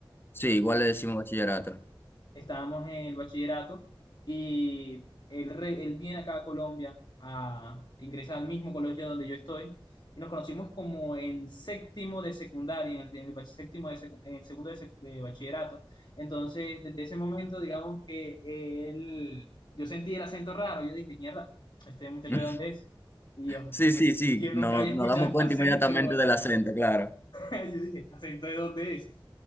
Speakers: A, on the left (about 25°); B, on the left (about 55°).
A: Sí, igual le decimos bachillerato.
B: estábamos en el bachillerato y él, re- él viene acá a Colombia a ingresar al mismo colegio donde yo estoy y nos conocimos como en séptimo de secundaria, en el, en el bach- séptimo de secu- en el segundo de, sec- de bachillerato. Entonces, desde ese momento, digamos que él, yo sentí el acento raro, yo dije, mierda, este muchacho
A: <laughs>
B: de dónde es. Y yo,
A: Sí, sí, sí.
B: yo nunca
A: No,
B: había
A: nos
B: escuchado
A: damos
B: este
A: cuenta
B: acento,
A: inmediatamente
B: yo,
A: del acento, claro.
B: <laughs> Yo dije, ¿este acento de dónde es?